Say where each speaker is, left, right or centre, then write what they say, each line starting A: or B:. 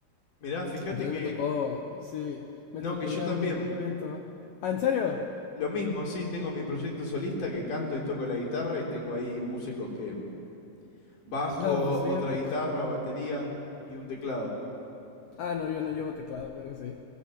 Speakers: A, on the left; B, on the left.
A: Mirá, fíjate
B: Entonces
A: que...
B: me tocó, sí, me
A: No,
B: tocó
A: que yo
B: ir
A: también.
B: a un, un evento. ¿Ah, en serio?
A: Lo mismo, sí, tengo mi proyecto solista que canto y toco la guitarra y tengo ahí músicos que bajo,
B: Ah, pues fíjate.
A: otra guitarra, batería y un teclado.
B: Ah, no, yo no llevo teclado, pero sí.